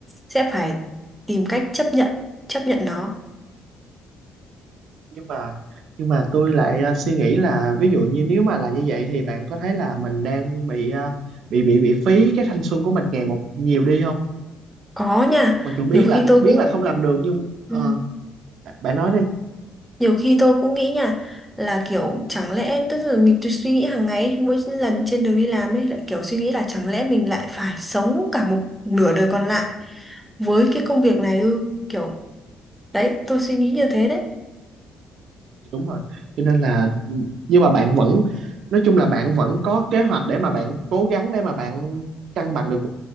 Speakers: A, in the centre; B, on the right (about 65°).
A: sẽ phải tìm cách chấp nhận chấp nhận nó
B: nhưng mà nhưng mà tôi lại ờ, suy nghĩ là ví dụ như nếu mà là như vậy thì bạn có thấy là mình đang bị ờ, bị bị bị phí cái thanh xuân của mình ngày một nhiều đi không
A: có nha
B: mặc dù biết
A: nhiều khi
B: là
A: tôi
B: biết
A: cũng
B: là không làm được nhưng ờ,
A: ừ.
B: bạn nói đi
A: Nhiều khi tôi cũng nghĩ nha là kiểu chẳng lẽ tức là mình cứ suy nghĩ hàng ngày ấy, mỗi lần trên đường đi làm ấy lại kiểu suy nghĩ là chẳng lẽ mình lại phải sống cả một nửa đời còn lại với cái công việc này ư kiểu đấy tôi suy nghĩ như thế đấy
B: Dạ, đúng rồi cho nên là ừ, nhưng mà bạn vẫn nói chung là bạn vẫn có kế hoạch để mà bạn cố gắng để mà bạn cân bằng được